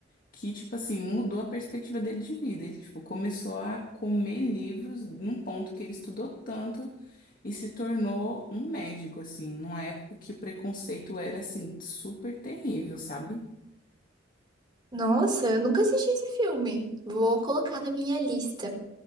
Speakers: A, on the left; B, on the right.
A: que, tipo assim, mudou a perspectiva dele de vida. Ele, tipo, começou a comer livros num ponto que ele estudou tanto e se tornou um médico, assim, numa época que o preconceito era, assim, super terrível, sabe?
B: Nossa, eu nunca assisti esse filme. Vou colocar na minha lista.